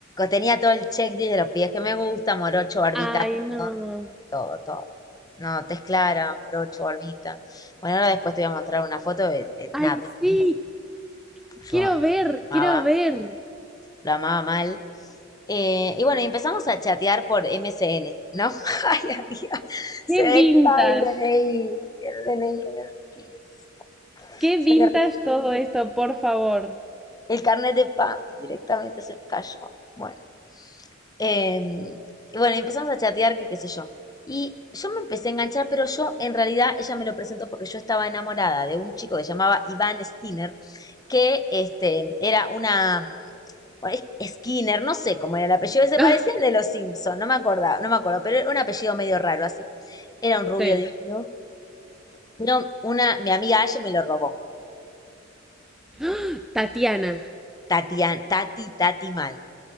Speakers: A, on the left; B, in the centre.
A: tenía todo el checklist de los pies que me gusta, morocho, barbita,
B: Ay, no.
A: todo, todo. No, tez clara, morocho, barbita. Bueno, ahora después te voy a mostrar una foto de, de
B: Ay,
A: una Tony.
B: sí.
A: Yo
B: Quiero
A: lo
B: ver,
A: amaba,
B: quiero ver.
A: lo amaba mal. Eh, y bueno, y empezamos a chatear por M S N ¿no? <laughs> Ay, amiga, se
B: Qué
A: ve
B: vintage.
A: que estaba el DNI, el DNI en el piso.
B: Qué
A: Se
B: vintage
A: me derritió.
B: todo esto, por favor.
A: El carnet de PAMI directamente se me cayó. Bueno. Em, y bueno, empezamos a chatear, que qué sé yo. Y yo me empecé a enganchar, pero yo en realidad ella me lo presentó porque yo estaba enamorada de un chico que se llamaba Iván Skinner, que este, era una, bueno, es- Skinner, no sé cómo era el apellido, se
B: <laughs>
A: parecía al de los Simpson, no me acordaba, no me acuerdo, pero era un apellido medio raro así. Era un rubio
B: Sí.
A: divino, pero una, mi amiga Aye me lo robó,
B: ¡Ah! <gasps> Tatiana.
A: Tatian, Tati, Tati mal.